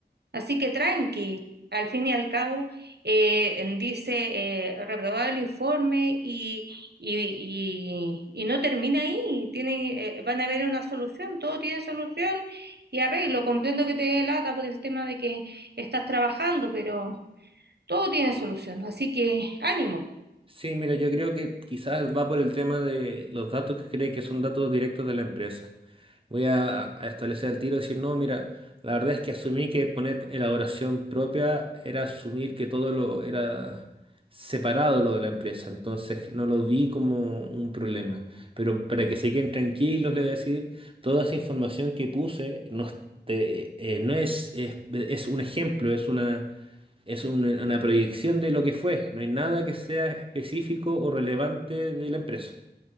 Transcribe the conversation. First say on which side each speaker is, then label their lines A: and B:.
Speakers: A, on the right; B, on the right.
A: Así que tranqui, al fin y al cabo, eh, dice eh, reprobado el informe y, y- y- y no termina ahí. Tiene, eh, van a haber una solución, todo tiene solución y arreglo. Comprendo que te dé lata por el tema de que estás trabajando, pero todo tiene solución. Así que ánimo.
B: Sí, mira, yo creo que quizás va por el tema de los datos que creen que son datos directos de la empresa. Voy a, a establecer el tiro y decir, no, mira, la verdad es que asumí que poner elaboración propia era asumir que todo lo era separado lo de la empresa, entonces no lo vi como un problema. Pero para que se queden tranquilos, les voy a decir, toda esa información que puse no, es- te- eh, no es, es, es un ejemplo, es una, es un- una proyección de lo que fue. No hay nada que sea específico o relevante de la empresa